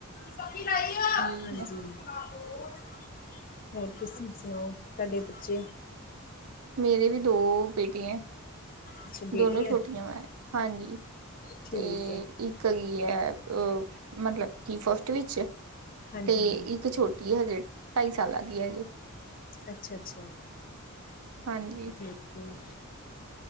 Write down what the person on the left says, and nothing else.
ਬਾਕੀ ਲਾਈ ਆ,
ਹਾਂਜੀ।
<unintelligible> ਹੋਰ ਤੁਸੀਂ ਸੁਣਾਓ ਤੁਹਾਡੇ ਬੱਚੇ?
ਅੱਛਾ ਬੇਟੀਆਂ
ਠੀਕ
ਹੈ
ਹਾਂਜੀ
ਹਾਂਜੀ
ਅੱਛਾਯ-ਅੱਛਾ।
ਚਲੋ,